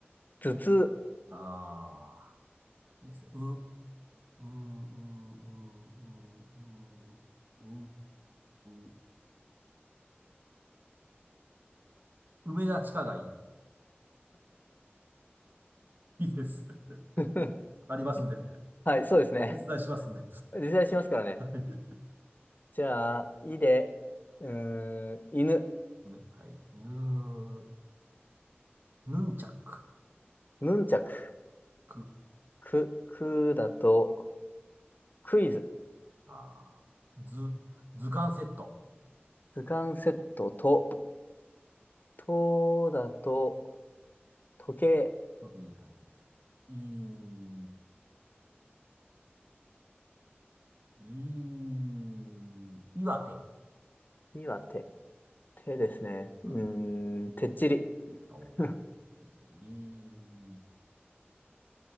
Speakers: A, on the left; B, on the right.
A: 頭痛。
B: ああ、いいですね。う、う、う、う、う、う、う、う、う、梅田地下街。いいです。<laughs>
A: <laughs>
B: ありますんで。
A: はい、そうですね。
B: 実在しますんで。
A: 実際しますからね。
B: はい。
A: じゃあ、いで、うーん、犬、
B: ぬ、はい。ぬ、ヌンチャク、
A: ヌンチャク、
B: く、
A: く、くだと、クイズ、
B: あー、図、図鑑セット。
A: 図鑑セットと、とだと、時計、
B: OK はい。いい、い岩手。
A: いは手、手ですね。うーん、
B: うん。
A: てっちり。
B: お
A: <laughs>
B: ー、いいですね。り、